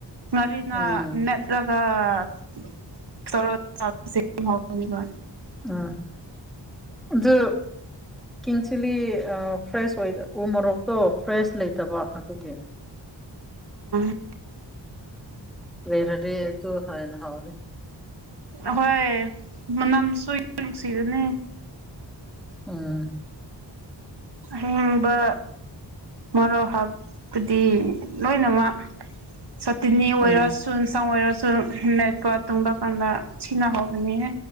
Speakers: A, on the right; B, in the centre.
A: UNINTELLIGIBLE
B: ꯎꯝ ꯑꯪ ꯑꯥꯗꯨ ꯀꯤꯡ ꯆꯤꯂꯤ ꯑꯥ ꯐ꯭ꯔꯦꯁ ꯑꯣꯏ ꯎ ꯃꯣꯔꯣꯛꯇꯣ ꯐ꯭ꯔꯦꯁ ꯂꯩ ꯇꯕ ꯑꯗꯨꯒꯤ
A: INAUDIBLE
B: UNINTELLIGIBLE
A: ꯑꯥꯍꯣꯏ ꯃꯅꯝꯁꯨꯨ ꯅꯨꯡꯁꯤꯕꯅꯦ
B: ꯎꯪ
A: ꯑꯥꯍꯤꯡꯕ ꯃꯔꯣꯛ ꯍꯥꯞ ꯄꯨꯗꯤ ꯂꯣꯏꯅꯃꯛ UNINTELLIGIBLE
B: ꯎꯝ
A: ꯁꯨ ꯃꯦꯠꯄ ꯒꯨꯝꯕ ꯀꯥꯟꯗ ꯁꯤꯅꯍꯥꯎꯕꯅꯤꯍꯦ